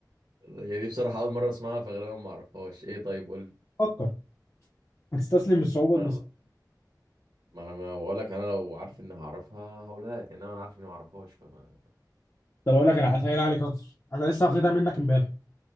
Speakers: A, on the right (about 75°); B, on the left (about 40°).
A: يعني دي بصراحة اول مرة اسمعها فغالبا ما اعرفهاش ايه طيب قول
B: فكر هتستسلم بالصعوبه
A: لي ما انا ما بقول لك انا لو عارف اني هعرفها هقولها لك انما انا عارف اني ما اعرفهاش فما
B: طب اقول لك انا هسهل عليك اكتر انا لسه واخدها منك امبارح